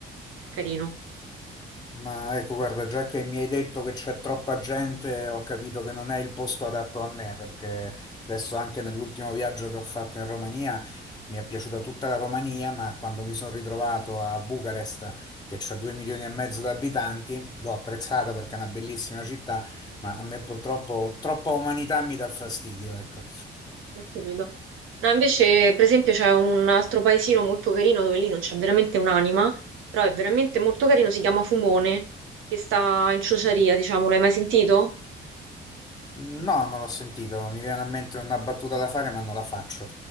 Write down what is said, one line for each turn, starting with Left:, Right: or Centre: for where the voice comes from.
Right: è carino.
Left: Ma ecco, guarda, già che mi hai detto che c'è troppa gente, ho capito che non è il posto adatto a me, perché adesso anche nell'ultimo viaggio che ho fatto in Romania mi è piaciuta tutta la Romania, ma quando mi sono ritrovato a Bucarest, che c'ha due milioni e mezzo di abitanti, l'ho apprezzata perché è una bellissima città, ma a me purtroppo troppa umanità mi dà fastidio, ecco.
Right: Ho capito. No, invece, per esempio, c'è un altro paesino molto carino dove lì non c'è veramente un'anima, però è veramente molto carino, si chiama Fumone, che sta in Ciociaria, diciamo, l'hai mai sentito?
Left: No, non l'ho sentito, mi viene a mente una battuta da fare, ma non la faccio.